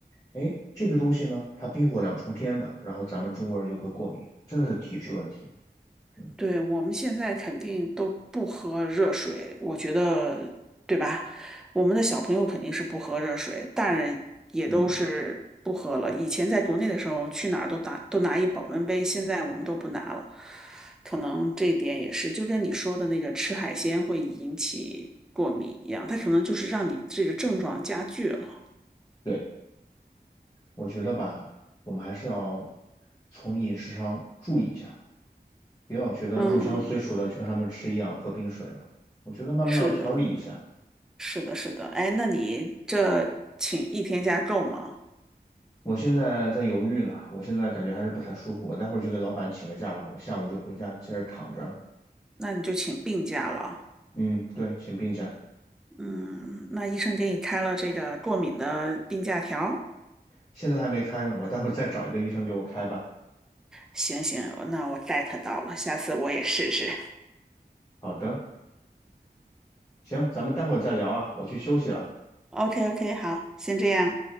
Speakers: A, on the left (about 20°); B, in the centre.
A: 哎，这个东西呢，它冰火两重天的，然后咱们中国人就会过敏，真的是体质问题。嗯
B: 对，我们现在肯定都不喝热水，我觉得，对吧？我们的小朋友肯定是不喝热水，大人也都是不喝了。
A: 嗯，
B: 以前在国内的时候，去哪儿都拿都拿一保温杯，现在我们都不拿了。可能这一点也是，就跟你说的那个吃海鲜会引起过敏一样，它可能就是让你这个症状加剧了。
A: 对，我觉得吧，我们还是要从饮食上注意一下。别老觉得入乡随俗了，
B: 嗯，
A: 就跟他们吃一样，喝冰水了。我觉得慢慢要调理一下。
B: 是的，是的，是的。哎，那你这请一天假够吗？
A: 我现在在犹豫呢，我现在感觉还是不太舒服，我待会儿就给老板请个假吧，我下午就回家接着躺着了。
B: 那你就请病假了。
A: 嗯，对，请病假，
B: 嗯，那医生给你开了这个过敏的病假条。
A: 现在还没开呢，我待会儿再找一个医生给我开吧。
B: 行行，那我 get 到了，下次我也试试。
A: 好的，行，咱们待会儿再聊啊，我去休息了。
B: OK OK，好，先这样。